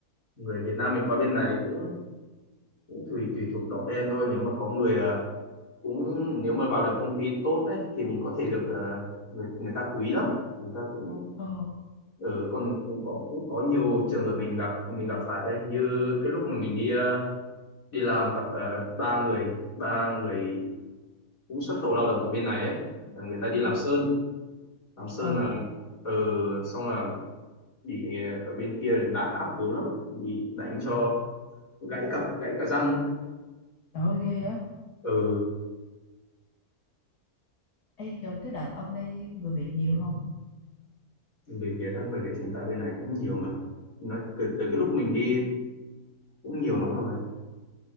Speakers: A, on the left (about 65°); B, on the left (about 85°).
A: người Việt Nam mình qua bên này cũng cũng tùy tùy thuộc đỏ đen thôi nếu mà có người ờ, cũng nếu mà vào được công ty tốt ấy, thì mình có thể được ờ, người người ta quý lắm người ta cũng
B: ờ
A: ở ừ, còn cũng có cũng có nhiều trường hợp mình gặp mình gặp phải đây như cái lúc mà mình đi ờ, đi làm gặp ờ, ba người ba người cũng xuất khẩu lao động ở bên này ấy là người ta đi
B: ừ
A: làm sơn làm sơn
B: ừ
A: là ờ, xong là bị ở bên kia đàn áp gớm lắm bị đánh cho gãy cả gãy cả răng ấy.
B: trời ơi ghê á
A: ừ
B: Ê rồi cái đợt ông đi người Việt nhiều không
A: người Việt á người Việt hiện tại bên này cũng nhiều mà nói từ, từ cái lúc mình đi cũng nhiều lắm rồi